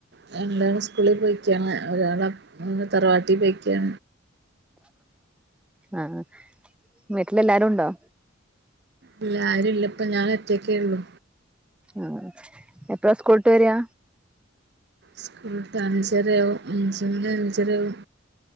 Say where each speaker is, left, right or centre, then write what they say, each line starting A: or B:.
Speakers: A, on the right; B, in the centre.
A: രണ്ടാള് സ്കൂളി പൊയ്ക്ക്യാ, ഒ ഒരാള് അപ് <unintelligible> തറവാട്ടി പൊയ്ക്ക്യാ.
B: ആഹ് വീട്ടില് എല്ലാരൂണ്ടോ?
A: ഇല്ല ആരൂല്ല. ഇപ്പം ഞാൻ ഒറ്റക്കേള്ളൂ.
B: ആഹ് എപ്ളാ സ്‌കൂള്ട്ട് വെരാ?
A: സ്കൂൾട്ട് അഞ്ചര്യാവും. അഞ്ച് മണി അഞ്ചരാവും.